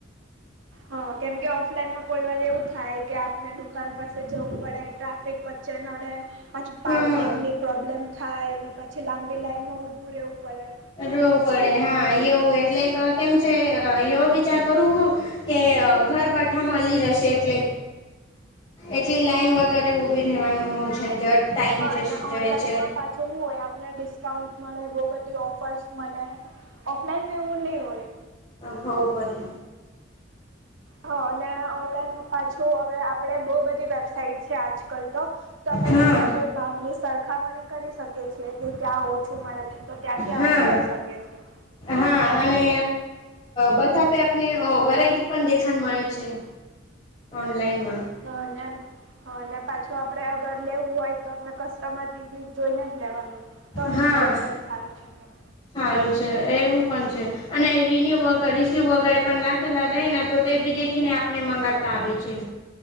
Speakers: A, on the right (about 80°); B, on the left (about 25°).
A: હ કેમકે ઓફલાઈનમાં કોઈ વાર એવું થાય કે, આપણે દુકાન પાસે જવું પડે ટ્રાફિક જે નડે પાછું
B: હા
A: પાર્કિંગની પ્રોબ્લેમ થાય, ને પછી લાંબી લાઈનમાં ઊભું રહેવું પડે
B: રવું પડે હા એવું એટલે કેમ છે, એવો વિચાર કરું હું કે ઘર બેઠા મળી જશે એટલે એટલી લાાઈન વગેરે ઊભી રહેવાનું ઝંઝટ ટાઈમ
A: અને
B: જશે જાય
A: ઓનલાઈનમાં
B: છે
A: પાછો શું હોય, આપને ડિસ્કાઉન્ટ મળે બહ બધ ઓફર્સ મને ઓફલાઈન મેવની હોય
B: ભહુબન
A: હ અને ઓનલાઈન પાછું હવે આપણે બહુ બધી વેબસાઇટ છે, આજકાલ તો તો આપડે
B: હા
A: બધા પર ભાવની સરખામણી કરી શકીએ છીએ કે ક્યાં ઓછું મળે છે, તો ત્યાંથી
B: હા
A: આપણે લઈ શકીએ છીએ
B: હા અને બથા પે આપને વેરાયટી પણ દેખાણ મળે છે. ઓનલાઈન
A: હા ને હ ને પાછું આપડે અગર લેવું હોય તો અમને કસ્ટમર રિવ્યસ જોઈને જ લેવાનું, તો
B: હા
A: જ ખબર પડે સારું છે, કેમ
B: સારું છે, એવું પણ છે. અને રિન્યુ રીસીવ વગેરે પણ લખેલા રહે ને તો તે બી દેખીને ને મંગાતા આવે છે,